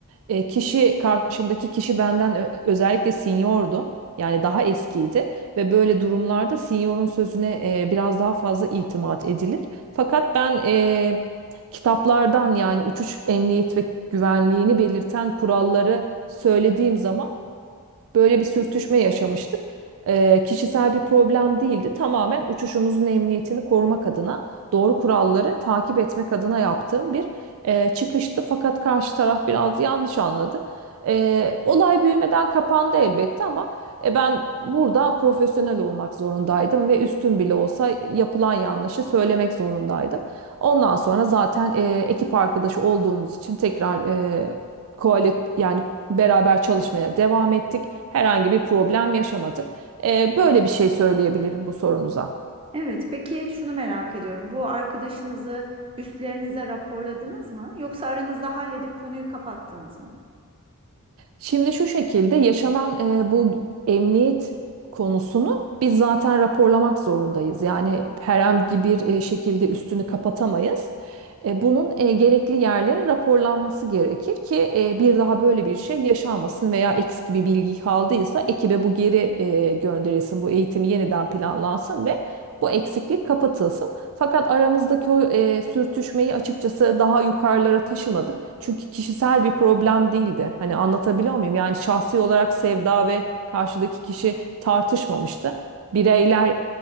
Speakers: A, on the right (about 65°); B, on the right (about 25°).
A: E, kişi karşımdaki kişi benden ö- özellikle seniordu. Yani daha eskiydi ve böyle durumlarda seniorun sözüne e, biraz daha fazla itimat edilir. Fakat ben e, kitaplardan yani uçuş emniyet ve güvenliğini belirten kuralları söylediğim zaman Böyle bir sürtüşme yaşamıştık. Ee, kişisel bir problem değildi. Tamamen uçuşumuzun emniyetini korumak adına, doğru kuralları takip etmek adına yaptığım bir e, çıkıştı. Fakat karşı taraf biraz yanlış anladı. Ee, olay büyümeden kapandı elbette ama e, ben burada profesyonel olmak zorundaydım ve üstün bile olsa yapılan yanlışı söylemek zorundaydım. Ondan sonra zaten e, ekip arkadaşı olduğumuz için tekrar e, koalit yani beraber çalışmaya devam ettik. Herhangi bir problem yaşamadık. Ee, böyle bir şey söyleyebilirim bu sorunuza.
B: Evet, peki şunu merak ediyorum. Bu arkadaşınızı üstlerinize raporladınız mı? Yoksa aranızda halledip konuyu kapattınız mı?
A: Şimdi şu şekilde yaşanan e, bu emniyet konusunu biz zaten raporlamak zorundayız. Yani herhangi bir e, şekilde üstünü kapatamayız. E, bunun e, gerekli yerlere raporlanması gerekir ki e, bir daha böyle bir şey yaşanmasın veya eksik bir bilgi kaldıysa ekibe bu geri e, gönderilsin, bu eğitimi yeniden planlansın ve bu eksiklik kapatılsın. Fakat aramızdaki o e, sürtüşmeyi açıkçası daha yukarılara taşımadık. Çünkü kişisel bir problem değildi. Hani anlatabiliyor muyum? Yani şahsi olarak Sevda ve karşıdaki kişi tartışmamıştı bireyler